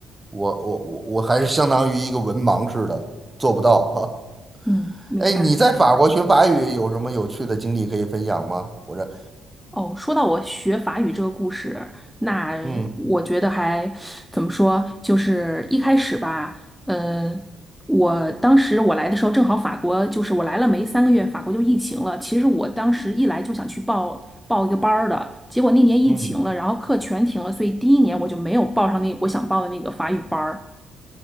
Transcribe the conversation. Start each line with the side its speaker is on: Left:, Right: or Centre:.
Right: 我我我我还是相当于一个文盲似的，做不到哈。
Centre: 嗯，
Right: <laughs>
Centre: 明白。
Right: 哎，你在法国学法语有什么有趣的经历可以分享吗？我这，
Centre: 哦，说到我学法语这个故事，那我觉得还怎么说，
Right: 嗯
Centre: 就是一开始吧，呃，我当时我来的时候正好法国就是我来了没三个月，法国就疫情了。其实我当时一来就想去报报一个班儿的，结果那年疫情了，
Right: 嗯，
Centre: 然后课全停了，所以第一年我就没有报上那我想报的那个法语班儿。